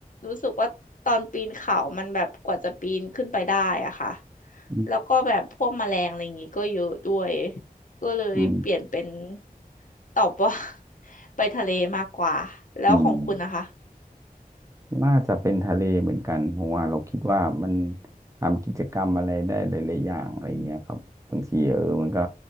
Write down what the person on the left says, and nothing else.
รู้สึกว่าตอนปีนเขามันแบบกว่าจะปีนขึ้นไปได้อะค่ะ
แล้วก็แบบพวกแมลงอะไรอย่างงี้ก็เยอะด้วยก็เลยเปลี่ยนเป็น
ตอบว่า <laughs> ไปทะเลมากกว่า แล้วของคุณนะคะ